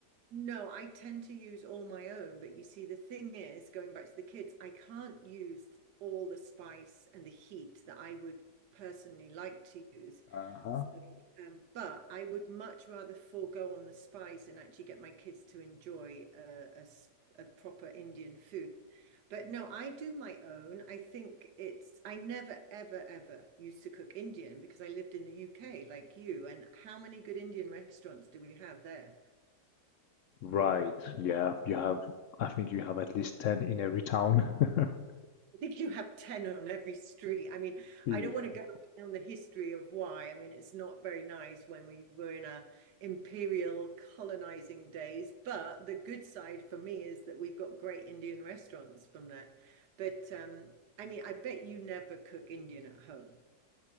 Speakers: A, on the right; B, on the left.
A: No, I tend to use all my own, but you see, the thing is, going back to the kids, I can't use all the spice and the heat that I would personally like to use.
B: Uh-huh.
A: So, um, but I would much rather forego on the spice and actually get my kids to enjoy a, a s- a proper Indian food. But no, I do my own. I think it's, I never, ever, ever used to cook Indian because I lived in the UK like you. And how many good Indian restaurants do we have there?
B: Right, yeah, you have, I think you have at least 10 in every town. <laughs>
A: I think you have 10 on every street. I mean,
B: Yeah.
A: I don't want to go down the history of why. I mean, it's not very nice when we were in our imperial colonizing days, but the good side for me is that we've got great Indian restaurants from that. But um, I mean, I bet you never cook Indian at home.